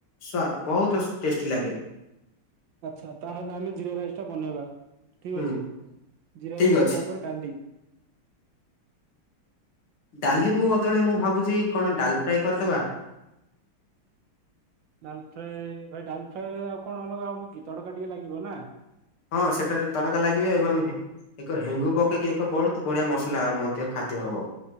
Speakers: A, on the left (about 75°); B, on the right (about 65°).
A: ସ୍ଵାଦ୍ ବହୁତ୍ ଟେଷ୍ଟି ଲାଗେ।
B: ଆଚ୍ଛା ତାହେଲେ ଆମେ ଜିରା ରାଇସ୍ ଟା ବନେଇବା ଠିକ୍
A: ହୁଁ
B: ଅଛି। ଜିରା
A: ଠିକ
B: ରାଇସ୍‌
A: ଅଛି
B: ତା ପରେ ଡ଼ାଲି।
A: ଡ଼ାଲି ମୁଁ ବଦଳେ ମୁଁ ଭାବୁଛି କଣ ଡାଲ୍ ଫ୍ରାଏ କରିଦେବା।
B: ଡାଲ୍ ଫ୍ରାଏ ଭାଇ ଡାଲ୍ ଫ୍ରାଏରେ ଆଉ କଣ ଅଲଗା ହବ କି ତଡ଼କା ଟିକେ ଲାଗିବ ନା?
A: ହଁ ସେଠାରେ ତଡ଼କା ଲାଗିବେ ଏବଂ ଏକ ହେଙ୍ଗୁ ପକେଇକି ଏକ ବହୁତ୍ ବଢ଼ିଆ ମସଲା ମଧ୍ୟ ଖାଦ୍ୟ ହବ‌।